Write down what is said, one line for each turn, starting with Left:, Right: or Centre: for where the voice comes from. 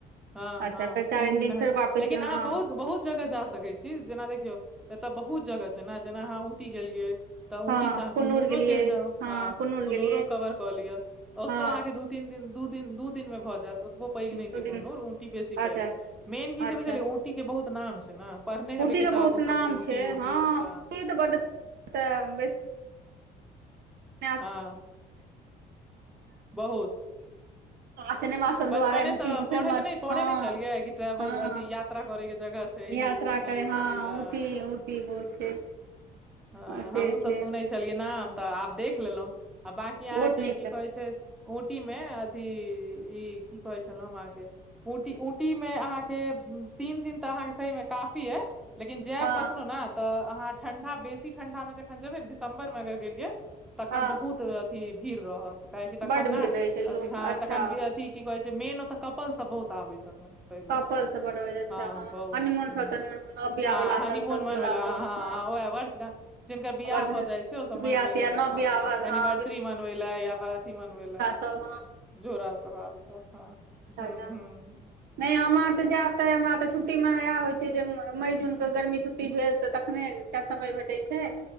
Centre: हँ
Right: अच्छा
Centre: हँ
Right: फेर चारिम
Centre: तीन दिन अहाँ
Right: फेर
Centre: के
Right: वापिस
Centre: लेकिन
Right: हँ
Centre: अहाँ बहुत बहुत जगह जा सकै छी छी जेना देखियौ एतऽ बहुत जगह छै ने जेना अहाँ ऊटी गेलियै तऽ ऊंटी
Right: हँ
Centre: से अहाँ
Right: कुन्नूर
Centre: कुन्नूरो
Right: गेलियै
Centre: चलि जाउ
Right: हँ
Centre: ह
Right: कुन्नूर
Centre: कन्नूरो
Right: गेलियै
Centre: कवर कऽ लियअ ओतो
Right: हँ
Centre: अहा के दू तीन दिन दू दिन दू दिन मे भऽ जायत ओतबो पैघ नहि
Right: दू
Centre: छै कोनो
Right: दिन
Centre: ऊंटी बेसी
Right: अच्छा
Centre: पैघ मेन की छै
Right: अच्छा
Centre: बुझलियै ऊंटी के बहुत नाम छै ने पढ़ने हेबै
Right: ऊटी के
Centre: किताबो
Right: बहुत
Centre: सबमे
Right: नाम
Centre: ऊंटी
Right: छै
Centre: ऊंटी
Right: हँ
Centre: अ
Right: ऊटी तऽ बड्ड तऽ बेस <unintelligible>
Centre: हँ बहुत
Right: सिनेमा सब
Centre: बचपनेसँ
Right: दुरा फेमस
Centre: पढ़ैत नहि पढ़ै
Right: हँ
Centre: नहि छलियै कि ट्रेवल
Right: हँ
Centre: अथी यात्रा करयके जगह छै
Right: यात्रा
Centre: ई ऊँटी
Right: करै
Centre: ऊँटी
Right: हँ
Centre: हँ
Right: उटी उटी बहुत छै
Centre: हँ
Right: से
Centre: हमहूँसभ
Right: छै
Centre: सुनै छलियै नाम तऽ आब देख लेलहुँ आ बकी
Right: बहुत
Centre: अहाँके
Right: नीक
Centre: की कहै छै उटी मे अथी ई की कहै छलहु हम अहाके ऊटी ऊटी मे अहाँके तीन दिन तऽ अहाँके सहीमे काफी अइ लेकिन जायब
Right: हँ
Centre: कखनो ने तऽ अहाँ ठंडा बेसी ठंडा मे जखन जेबै ने दिसं्बर मे अगर गेलियै तखन
Right: हँ
Centre: बहुत अथी भीड़ रहत काहेक तखन
Right: बड्ड भीड़
Centre: ने
Right: रहै छै
Centre: अथि
Right: लोक
Centre: हँ
Right: अच्छा
Centre: तखन अथी की कहै छै मेन ओतऽ कपल सब बहुत आबै छथिन तइ दुआरे
Right: कपल सब बड़ होइ छै। अच्छा
Centre: हँ बहुत
Right: हनीमून
Centre: ह
Right: सब तनीमून नव बियाह
Centre: हँ
Right: वाला
Centre: हनीमून
Right: सब सब
Centre: मनबे
Right: जोड़ा
Centre: ले
Right: सब
Centre: <unintelligible>
Right: हँ
Centre: गा जिनकर बियाह
Right: हमर
Centre: भए
Right: सबके
Centre: जाइ छै ओसभ मनबय
Right: बियाह
Centre: लए
Right: तियाह नव
Centre: आ
Right: बियाह
Centre: एय
Right: भाग
Centre: एनिवर्सरी
Right: हँ
Centre: मनबय लए या अथी मनबय लए
Right: सलमान
Centre: जोरा सब आबे छैथ हुँ
Right: अच्छा
Centre: हुँ
Right: नहि हमरा ते जायब ते हमरा ते छुट्टी मे या हो मई जून के गर्मी छुट्टी भेल तऽ तखने टा समय भेटै छै